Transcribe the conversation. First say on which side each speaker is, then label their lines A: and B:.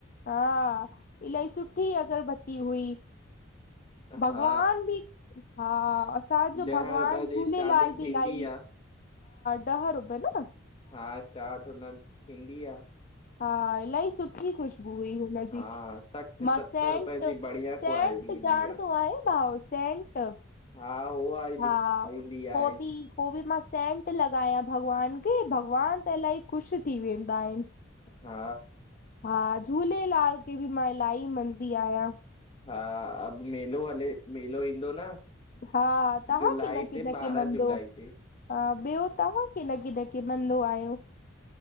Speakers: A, on the left; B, on the left.
A: हा इहा सुठी अगरबत्ती हुई भॻवान
B: हा
A: बि हा असांजो
B: ॾह
A: भॻवानु
B: रुपए
A: झूलेलाल
B: जी स्टार्टिंग
A: बि
B: थींदी
A: इलाही
B: आ
A: ॾह रुपया जो न
B: हा स्टार्ट हुन थींदी आहे
A: हा इलाही सुठी आहे सुठी ख़ुशबू हुई हुनजी
B: हा सठि
A: मां
B: सतरि
A: सेंट
B: रुपए जी
A: सेंट
B: बढ़िया क्वालिटी ईंदी
A: ॼाणंदो
B: आ।
A: आहियो भाउ सेंट
B: हा हो वारी
A: हा
B: बि ईंदी
A: हो
B: आहे
A: बि हो बि मां सेंट लॻायां भॻवान खे भॻवान त इलाही ख़ुशि थी वेंदा आहिनि
B: हा
A: हा झूलेलाल खे ॿि मां इलाही मञंदी आहियां।
B: हा अब मेलो हले मेलो ईंदो न।
A: हा तव्हां
B: जुलाई
A: कीन कीन
B: ते ॿारहां
A: के मंदो
B: जुलाई ते
A: हा ॿियो तव्हां। किन किन खे मंदो आहियो।